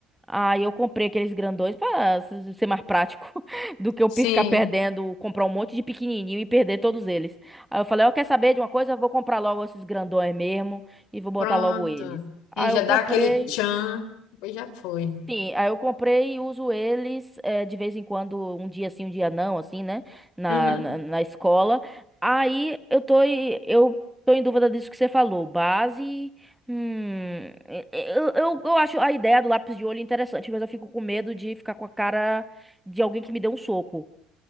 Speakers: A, in the centre; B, on the left.
A: Aí eu comprei aqueles grandões pra s- ser mais prático <laughs> do que eu
B: sim,
A: pe- ficar perdendo, comprar um monte de pequenininho e perder todos eles. Aí eu falei, eu quer saber de uma coisa? Eu vou comprar logo esses grandões mesmo e vou botar
B: pronto.
A: logo eles. Aí
B: E já
A: eu
B: dá
A: comprei.
B: aquele tchan. Depois já foi.
A: Sim, aí eu comprei e uso eles eh, de vez em quando, um dia sim, um dia não, assim, né? Na,
B: Uhum.
A: na, na escola. Aí eu tô, em- eu tô em dúvida disso que você falou. Base. Hum, eh, eu, eu, eu acho a ideia do lápis de olho interessante, mas eu fico com medo de ficar com a cara de alguém que me deu um soco.